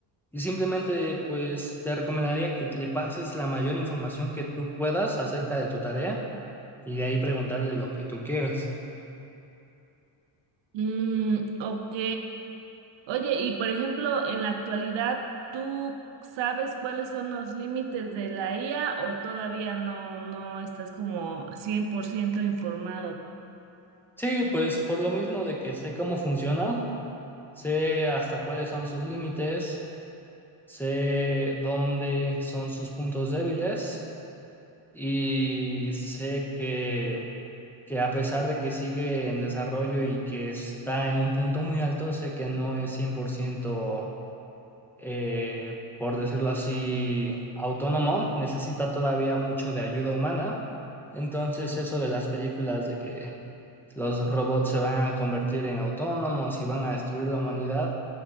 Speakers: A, in the centre; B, on the right (about 65°).
A: Y simplemente, pues te recomendaría que le pases la mayor información que tú puedas acerca de tu tarea y de ahí preguntarle lo que tú quieras.
B: Mm, ok. Oye, y por ejemplo, en la actualidad, ¿tú sabes cuáles son los límites de la IA o todavía no, no estás como 100% informado?
A: Sí, pues por lo mismo de que sé cómo funcionan, sé hasta cuáles son sus límites, sé dónde son sus puntos débiles y sé que que a pesar de que sigue en desarrollo y que está en un punto muy alto, sé que no es 100%, eh, por decirlo así, autónomo, necesita todavía mucho de ayuda humana. Entonces, eso de las películas de que los robots se van a convertir en autónomos y van a destruir la humanidad,